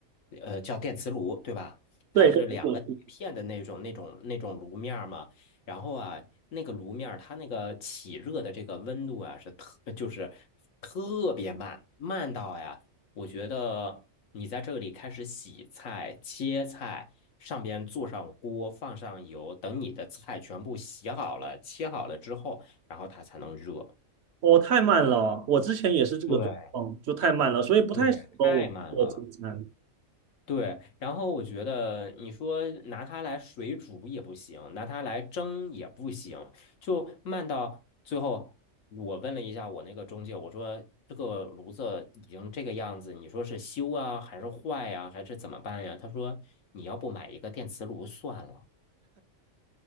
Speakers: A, on the left; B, on the right.
A: 呃，叫电磁炉，对吧？
B: 对对对
A: 它是两个铁片的那种、那种、那种炉面儿嘛。然后啊，那个炉面儿它那个起热的这个温度啊，是特就是特别慢，慢到呀。我觉得你在这里开始洗菜、切菜，上边做上锅，放上油，等你的菜全部洗好了、切好了之后，然后它才能热。
B: 我太慢了，我之前也是这个状况，
A: 对
B: 就太慢了，所以不太适合我做中餐。
A: 对，太慢了。对，然后我觉得你说拿它来水煮也不行，拿它来蒸也不行，就慢到最后。我问了一下我那个中介，我说这个炉子已经这个样子，你说是修啊，还是坏呀、还是怎么办呀？他说你要不买一个电磁炉算了。